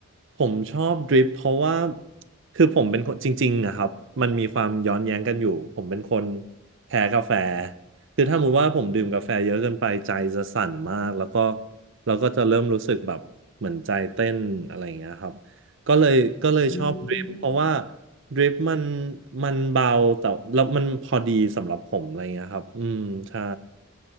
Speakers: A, on the right; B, on the left.
A: ผมชอบดริปเพราะว่าคือผมเป็นคนจริงๆนะครับมันมีความย้อนแย้งกันอยู่ผมเป็นคนแพ้กาแฟคือถ้าสมมติว่าผมดื่มกาแฟเยอะเกินไปใจจะสั่นมากแล้วก็แล้วก็จะเริ่มรู้สึกแบบเหมือนใจเต้นอะไรอย่างเงี้ยครับ ก็เลยก็เลยชอบดริฟเพราะว่า
B: อืม
A: ดริฟมันมันเบาแต่แล้วมันพอดีสำหรับผมอะไรเงี้ยครับอืมใช่